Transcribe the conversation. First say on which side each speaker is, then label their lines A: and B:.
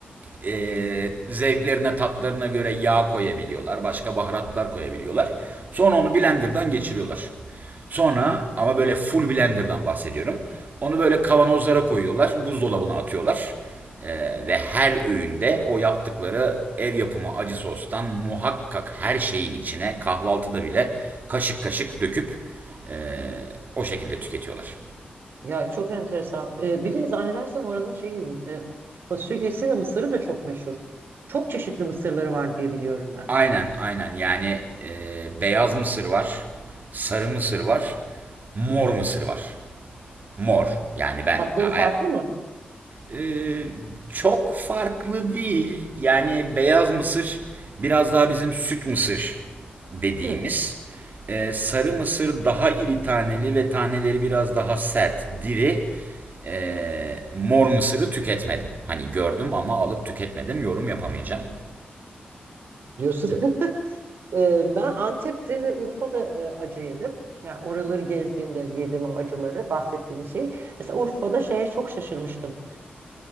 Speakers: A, on the right; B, on the right.
A: e, zevklerine tatlarına göre yağ koyabiliyorlar. Başka baharatlar koyabiliyorlar. Sonra onu blenderdan geçiriyorlar. Sonra ama böyle full blenderdan bahsediyorum. Onu böyle kavanozlara koyuyorlar. Buzdolabına atıyorlar. E, ve her öğünde o yaptıkları ev yapımı acı sostan muhakkak her şeyin içine kahvaltıda bile kaşık kaşık döküp e, o şekilde tüketiyorlar.
B: Ya çok enteresan. Ee, bir de zannedersem oranın şeyi e, fasulyesi ve mısırı da çok meşhur. Çok çeşitli mısırları var diye biliyorum ben.
A: Aynen aynen yani e, beyaz mısır var, sarı mısır var, mor mısır var. Mor yani ben
B: Tatları
A: a- a-
B: farklı mı?
A: e, çok farklı değil yani beyaz mısır biraz daha bizim süt mısır dediğimiz.
B: Hı,
A: E, sarı mısır daha iri taneli ve taneleri biraz daha sert, diri. E, mor mısırı tüketmedim. Hani gördüm ama alıp tüketmedim yorum yapamayacağım.
B: diyorsun. <laughs> Ee, ben Antep'te ve Urfa'da e, acı yedim. Yani oraları gezdiğimde yediğim o acıları, bahsettiğiniz şey. Mesela Urfa'da şeye çok şaşırmıştım.